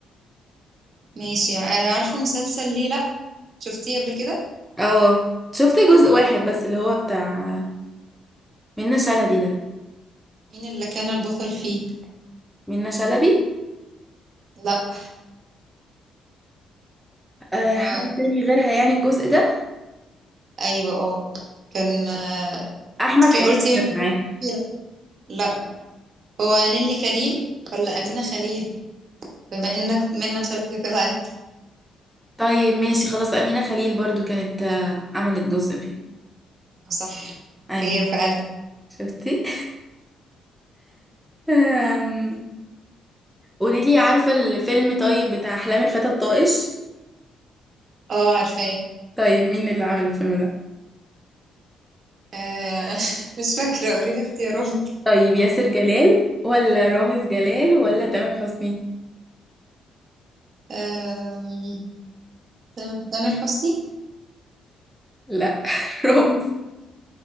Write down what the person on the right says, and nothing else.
ماشي آه، عارفة مسلسل ليه لا شفتيه قبل كده
مين اللي كان البطل فيه
لا
هو
ايوه اه كان آه،
انت
قلتي من...
لا لا هو نيلي كريم ولا أمينة خليل بما انك منى شلبي طلعت
آه، صح
هي فعلا
اه عارفاه
آه، <laughs> مش فاكرة قولي لي اختيارات
آم، تم- تامر حسني